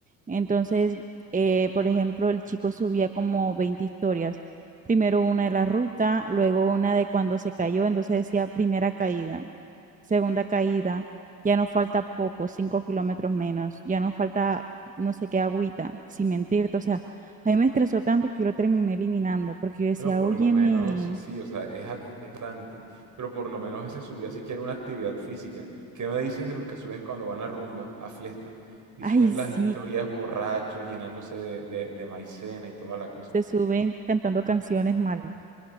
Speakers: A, on the right; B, on the right.
A: Entonces, eh, por ejemplo, el chico subía como 20 historias. Primero una de la ruta, luego una de cuando se cayó, entonces decía primera caída segunda caída, ya no falta poco, cinco kilómetros menos, ya no falta no sé qué agüita, sin mentirte, o sea, a mí me estresó tanto que yo lo terminé eliminando, porque yo decía,
B: Bueno, por
A: óyeme,
B: lo menos, sí, o sea, es atentante, pero por lo menos ese subía siquiera una actividad física. ¿Qué me dices de los que suben cuando van a rumba, a fiesta, y suben
A: ay
B: las
A: sí,
B: historias borrachos, llenándose de, de de maicena y toda la cosa?
A: se suben cantando canciones mal,